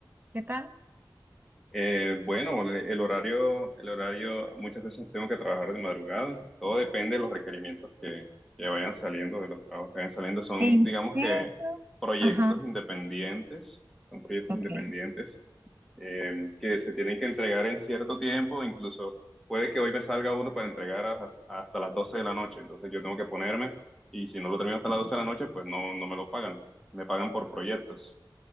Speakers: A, on the right; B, in the centre.
A: ¿Qué tal?
B: Eh, bueno, el el horario, el horario, muchas veces tengo que trabajar de madrugada. Todo depende de los requerimientos que, que vayan saliendo, de los trabajos que vayan saliendo. Son,
A: ¿En
B: digamos
A: serio?
B: que, proyectos
A: Ajá,
B: independientes, son proyectos
A: ok.
B: independientes eh, que se tienen que entregar en cierto tiempo. Incluso puede que hoy me salga uno para entregar a- hasta las 12 de la noche. Entonces yo tengo que ponerme y si no lo termino hasta las 12 de la noche, pues no, no me lo pagan. Me pagan por proyectos.